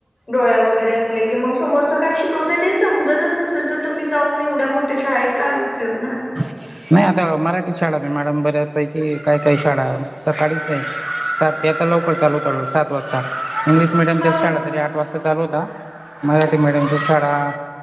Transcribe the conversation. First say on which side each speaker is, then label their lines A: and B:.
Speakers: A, on the left; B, on the right.
A: डोळ्या वगैरे असले की मग समोरं काय शिकवते ते समजतच नसेल तर तुम्ही जाऊन एवढ्या मोठ्या शाळेत काय उपयोग ना
B: नाही आता मराठी शाळा मी मॅडम बऱ्या पैकी काय काय शाळा सकाळीच सात आता लवकर चालू सात वाजता मीडियमच्या
A: हा
B: शाळा तरी आठ वाजता चालू होता मराठी मडियमच्या शाळा